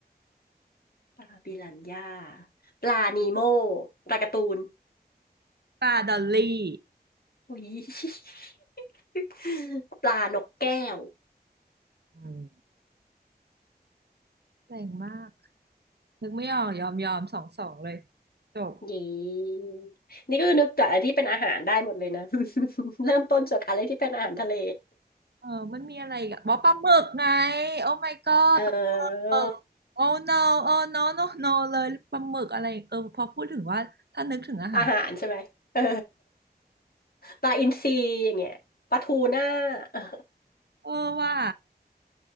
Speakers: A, on the left; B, on the right.
A: ปลาบิรันย่าปลานีโม่ปลาการ์ตูน
B: ปลาดอลลี่
A: อุ้ย <laughs> ปลานกแก้ว
B: อืมแรงมากนึกไม่ออกยอมยอมสองสองเลยจบ
A: เย้นี่ก็นึกจากอะไรที่เป็นอาหารได้หมดเลยนะ <laughs> เริ่มต้นจากอะไรที่เป็นอาหารทะเล
B: เออมันมีอะไรอีกอะบอกปลาหมึกไงโอ้ my god
A: เออ
B: ปลาหมึก oh no oh no no no เลยปลาหมึกอะไรเออพอพูดถึงว่าถ้านึกถึงอาหาร
A: อาหารใช่ไหมเออ <laughs> ปลาอินทรีอย่างเงี้ยปลาทูน่า <laughs> เออ
B: เออว่า